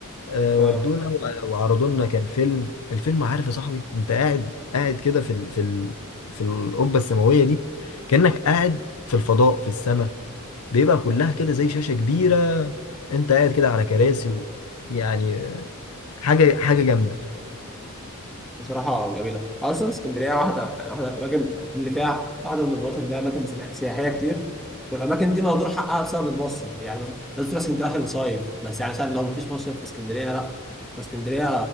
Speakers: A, on the left; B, in the centre.
A: آه،
B: اه
A: ودونا و- وعرضوا لنا كان فيلم الفيلم عارف يا صاحبي انت قاعد قاعد كده في ال... في ال... في القبه السماويه دي كانك قاعد في الفضاء في السماء بيبقى كلها كده زي شاشه كبيره انت قاعد كده على كراسي و... يعني آه، حاجه حاجه جامده
B: بصراحة جميلة أصلا اسكندرية واحدة يعني واحدة من الأماكن اللي فيها واحدة من المناطق اللي فيها أماكن سنا- سياحية كتير والأماكن دي مهدور حقها بسبب المصيف يعني مثلا الناس بتروح اسكندرية عشان تصيف بس يعني مثلا لو مفيش مصيف في اسكندرية لأ فاسكندرية